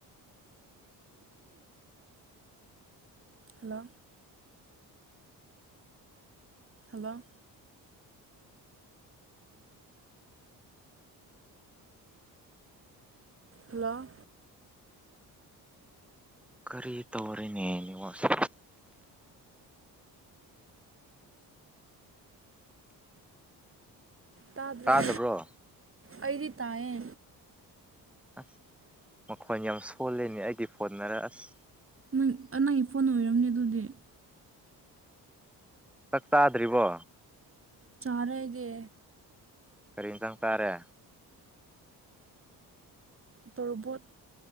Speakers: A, on the right; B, in the centre.
A: ꯍꯜꯂꯣ ꯍꯜꯂꯣ ꯍꯜꯂꯣ
B: ꯀꯔꯤ ꯇꯧꯔꯤꯅꯦꯅꯦꯉꯣꯁꯦ
A: ꯇꯥꯗ꯭ꯔ
B: ꯇꯥꯗꯕ꯭ꯔꯣ
A: ꯑꯩꯗꯤ ꯇꯥꯏꯌꯦ
B: ꯑꯁ ꯃꯈꯣꯟ ꯌꯥꯝ ꯁꯣꯜꯂꯤꯅꯦ ꯑꯩꯗꯤ ꯐꯣꯟꯠꯅꯔ ꯑꯁ
A: ꯅꯪ ꯅꯪꯒꯤ ꯐꯣꯟ ꯑꯣꯏꯔꯝꯅꯤ ꯑꯗꯨꯗꯤ
B: ꯆꯥꯛ ꯆꯥꯗ꯭ꯔꯤꯕꯣ
A: ꯆꯔꯒ
B: ꯀꯔꯤꯝꯇꯪ ꯇꯥꯔꯦ
A: ꯇꯣꯔꯕꯣꯠ